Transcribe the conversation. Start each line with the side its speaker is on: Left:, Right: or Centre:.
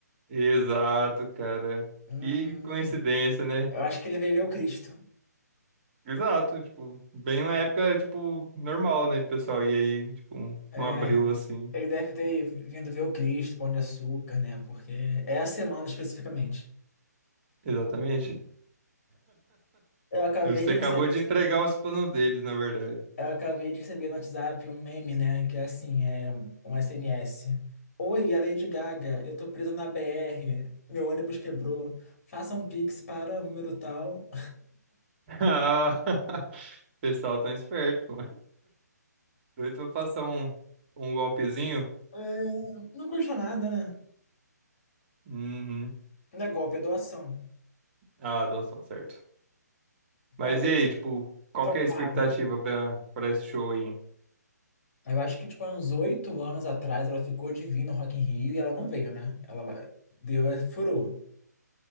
Right: Exato, cara.
Left: Hum,
Right: Que coincidência, né?
Left: eu acho que ele veio ver o Cristo.
Right: Exato, tipo, bem uma época, tipo, normal, né, de pessoal? E aí, tipo, um
Left: É,
Right: um abril assim.
Left: ele deve ter vindo ver o Cristo, Pão de Açúcar, né? Porque é a semana especificamente.
Right: Exatamente.
Left: Eu acabei
Right: Você
Left: de
Right: acabou
Left: receber.
Right: de entregar os planos deles, na verdade.
Left: Eu acabei de receber no WhatsApp um meme, né? Que é assim, é um SMS. Oi, é Lady Gaga, eu tô preso na BR, meu ônibus quebrou, faça um Pix para o número tal.
Right: Ah, <laughs> o pessoal tão esperto, pô. Doido pra passar um, um golpezinho?
Left: É, não custa nada, né?
Right: Uhum.
Left: Não é golpe, é doação.
Right: Ah, adoção, certo. Mas
Left: Não, mas eu
Right: e aí, tipo, qual
Left: tô
Right: que
Left: animado.
Right: é a expectativa pra, pra esse show aí?
Left: Eu acho que, tipo, há uns oito anos atrás ela ficou divina no Rock in Rio e ela não veio, né? Ela vai- deu, é, furou.